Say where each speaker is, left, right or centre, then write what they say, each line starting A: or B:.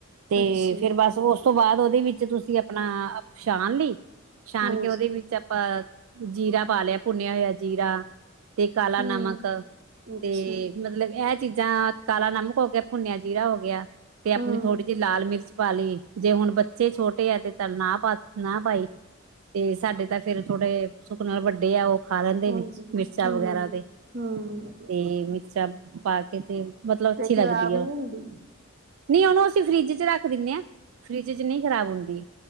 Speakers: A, on the right; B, on the right.
A: ਤੇ
B: ਅੱਛਾ
A: ਫਿਰ ਬਸ ਉਸ ਤੋਂ ਬਾਅਦ ਉਹਦੇ ਵਿੱਚ ਤੁਸੀਂ ਆਪਣਾ ਸ਼ਾਨ ਲਈ ਛਾਨ
B: ਹਾਂਜੀ
A: ਕੇ ਉਹਦੇ ਵਿੱਚ ਆਪਾਂ ਜੀਰਾ ਪਾ ਲਿਆ ਭੁੰਨਿਆ ਹੋਇਆ ਜੀਰਾ। ਤੇ ਕਾਲਾ
B: ਹੂੰ
A: ਨਮਕ
B: ਅੱਛਾ
A: ਤੇ ਮਤਲਬ ਇਹ ਚੀਜ਼ਾਂ ਕਾਲਾ ਨਮਕ ਹੋ ਗਿਆ ਭੁੰਨਿਆ ਜੀਰਾ ਹੋ ਗਿਆ ਤੇ ਆਪਣੀ
B: ਹੂੰ
A: ਥੋੜ੍ਹੀ ਜਿਹੀ ਲਾਲ ਮਿਰਚ ਪਾ ਲਈ ਜੇ ਹੁਣ ਬੱਚੇ ਛੋਟੇ ਆ ਤੇ ਚੱਲ ਨਾ ਪਾ ਨਾ ਪਾਈ। ਤੇ ਸਾਡੇ ਤਾਂ ਫੇਰ ਥੋੜੇ ਸੁਖ ਨਾਲ ਵੱਡੇ ਆ ਉਹ। ਖਾ ਲੈਂਦੇ
B: ਹਾਂਜੀ
A: ਨੇ ਮਿਰਚਾਂ
B: ਹੂੰ
A: ਵਗੈਰਾ ਤੇ
B: ਹੂੰ
A: ਤੇ ਮਿਰਚਾਂ ਪਾ ਕੇ ਤੇ। ਮਤਲਬ ਅੱਛੀ
B: ਤੇ ਖ਼ਰਾਬ
A: ਲੱਗਦੀ ਹੈ
B: ਨੀ ਹੁੰਦੀ
A: ਨਹੀਂ ਉਹਨੂੰ ਅਸੀਂ ਫਰਿੱਜ ਚ ਰੱਖ ਰੱਖ ਦੀਨੇ ਆ ਫਰਿਜ ਚ ਨਹੀਂ ਖਰਾਬ ਹੁੰਦੀ।